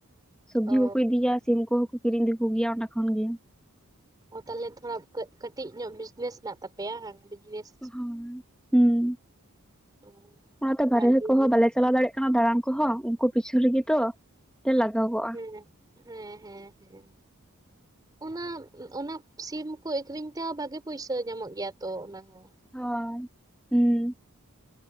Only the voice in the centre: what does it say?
ᱥᱚᱵᱽᱡᱤ
ᱦᱚᱸᱠᱚ ᱤᱫᱤᱭᱟ ᱥᱤᱢ ᱠᱚᱦᱚᱸᱠᱚ ᱠᱤᱨᱤᱧ ᱤᱫᱤ ᱠᱚ ᱜᱤᱭᱟ ᱚᱸᱰᱮ ᱠᱷᱚᱱ ᱜᱮ
ᱦᱩᱸ ᱦᱩᱸ
ᱱᱟᱚ ᱛᱮ
ᱵᱟᱨᱦᱮ ᱠᱚᱦᱚᱸ
ᱵᱞᱮ ᱪᱟᱞᱟᱣ ᱫᱟᱲᱮᱭᱟᱜ ᱠᱟᱱᱟ ᱫᱟᱬᱟᱱ ᱠᱚᱦᱚᱸ ᱩᱱᱠᱩ ᱯᱤᱪᱷᱟᱹ ᱨᱮᱜᱤ ᱛᱚ ᱛᱮ ᱞᱟᱜᱟᱜᱚᱜ
ᱦᱳᱭ ᱦᱩᱸ